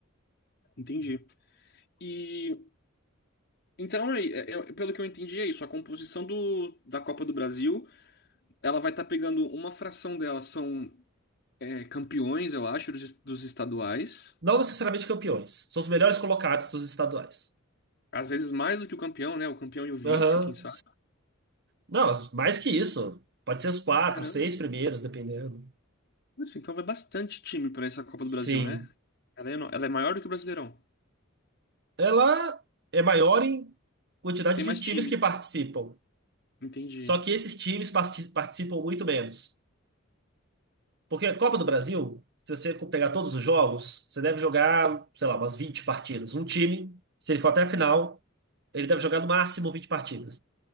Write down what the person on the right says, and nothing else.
Não necessariamente campeões. São os melhores colocados dos estaduais.
Aham.
Não, mais que
isso. Pode ser os quatro,
seis primeiros, dependendo.
Sim.
Ela é maior em quantidade
de
times
que participam.
Só que esses times parti- participam muito menos. Porque a Copa do Brasil, se você pegar todos os jogos, você deve jogar, sei lá, umas 20 partidas. Um time, se ele for até a final, ele deve jogar no máximo 20 partidas.